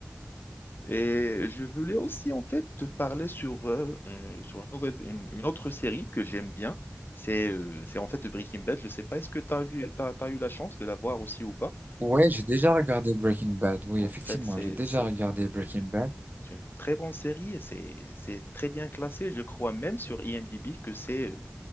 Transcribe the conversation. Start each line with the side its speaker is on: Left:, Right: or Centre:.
Left: Et je voulais aussi en fait te parler sur, euh, euh, sur une nouvelle, une, une autre série que j'aime bien. C'est euh, c'est en fait Breaking Bad. Je ne sais pas, est-ce que tu as vu, t'as t'as eu la chance de la voir aussi ou pas?
Right: Ouais, j'ai déjà regardé Breaking Bad. Oui,
Left: En
Right: effectivement,
Left: fait, c'est
Right: j'ai déjà
Left: c'est
Right: regardé Breaking Bad.
Left: une très bonne série et c'est c'est très bien classé. Je crois même sur IMDb que c'est euh,